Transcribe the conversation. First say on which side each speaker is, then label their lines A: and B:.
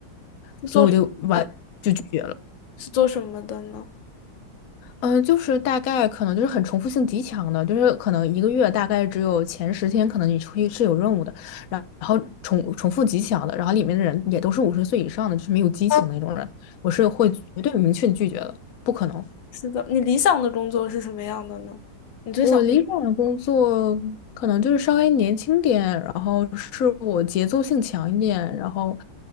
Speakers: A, on the left; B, on the left.
A: <laughs> 是做什么的
B: 所以我就完。就拒绝了。
A: 是做什么的呢？
B: 嗯，就是大概可能就是很重复性极强的，就是可能一个月大概只有前十天，可能你出去是有任务的，然后重重复极强的，然后里面的人也都是五十岁以上的，就是没有激情那种人，
A: 啊，
B: 我是会绝对明确地拒绝的，不可能。
A: 是的，你理想的工作是什么样的呢？你最想，
B: 我理想的工作可能就是稍微年轻点，然后是我节奏性强一点，然后